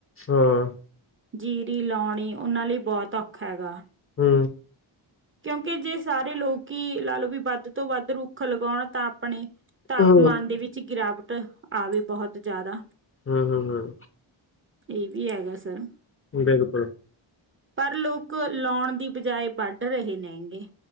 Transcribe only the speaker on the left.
ਹਾਂ,
ਹੂੰ,
ਹੂੰ
ਹੂੰ ਹੂੰ ਹੂੰ।
ਬਿਲਕੁਲ